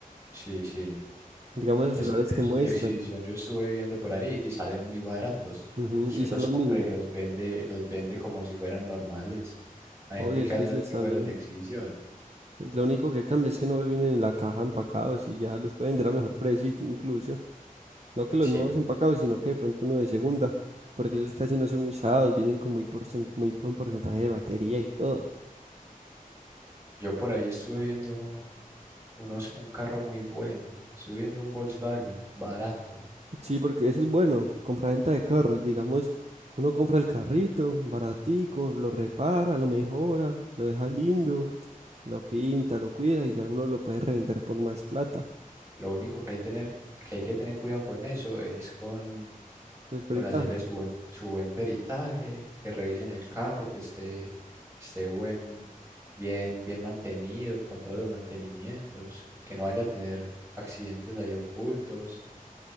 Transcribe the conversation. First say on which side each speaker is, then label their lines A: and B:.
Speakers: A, on the right (about 20°); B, on the right (about 45°).
A: Sí, sí.
B: Digamos los
A: Esos,
B: celulares que
A: esos
B: muestran.
A: de exhibición yo estuve viendo por ahí y salen muy baratos.
B: Ujú,
A: Se
B: y son
A: los
B: lo
A: compra
B: mismo.
A: y los vende, los vende como si fueran normales. La gente
B: Obvio,
A: que
B: es
A: va
B: que
A: a saber
B: eso está
A: que fueron
B: bien.
A: de exhibición.
B: Es Lo único que cambia es que no vienen en la caja empacados y ya los pueden vender a mejor precio incluso. No que los
A: Sí,
B: nuevos empacados, sino que de pronto uno de segunda, porque esos casi no son usados, vienen con muy, porcen- muy buen porcentaje de batería y todo.
A: yo por ahí estuve viendo unos, un carro muy bueno. Estuve viendo un Volkswagen barato.
B: Sí, porque eso es bueno, compra-venta de carros, digamos, uno compra el carrito baratico, lo repara, lo mejora, lo deja lindo, lo pinta, lo cuida y ya uno lo puede revender por más plata.
A: Lo único que hay, tener, que hay que tener cuidado con eso es con,
B: los peritajes
A: con hacerle su buen, su buen peritaje, que revisen el carro, que esté, esté buen, bien, bien mantenido, con todos los mantenimientos, que no vaya a tener accidentes ahí ocultos.